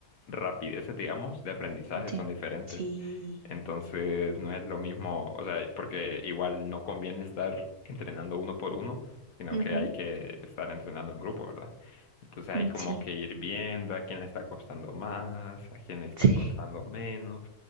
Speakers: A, on the left; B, on the right.
A: rapideces, digamos, de aprendizaje
B: sí,
A: son diferentes.
B: sí,
A: Entonces, no es lo mismo, o sea, porque igual no conviene estar entrenando uno por uno, sino
B: ujú,
A: que hay que estar entrenando en grupo, ¿verdad? Entonces
B: mm,
A: hay como
B: sí,
A: que ir viendo a quién le está costando más, a quién le está
B: sí.
A: costando menos.